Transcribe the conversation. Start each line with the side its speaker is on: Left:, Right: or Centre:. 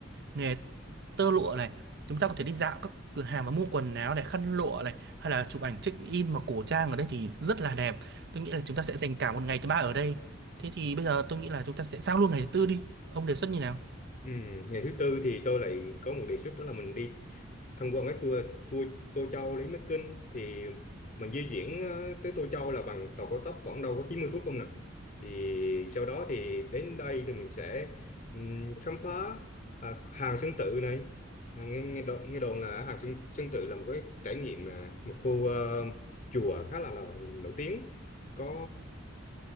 Right: nghề tơ lụa này chúng ta có thể đi dạo các cửa hàng và mua quần áo này khăn lụa này hay là chụp ảnh check in mà cổ trang ở đây thì rất là đẹp tôi nghĩ là chúng ta sẽ dành cả một ngày thứ ba ở đây thế thì bây giờ tôi nghĩ là chúng ta sẽ sang luôn ngày thứ tư đi ông đề xuất như nào
Left: Ừm, ngày thứ tư thì tôi lại có một đề xuất đó là mình đi tham quan cái tour tour Tô Châu đến Bắc Kinh thì mình di chuyển ờ, tới Tô Châu là bằng tàu cao tốc khoảng đâu có 90 phút không nè thì sau đó thì đến đây thì mình sẽ ừm, khám phá à, Hàng Sơn Tự này à, nghe nghe đồn, nghe đồn là Hàng Sơn, Sơn Tự là một cái trải nghiệm à, một khu ờ, chùa khá là, là, là nổi tiếng có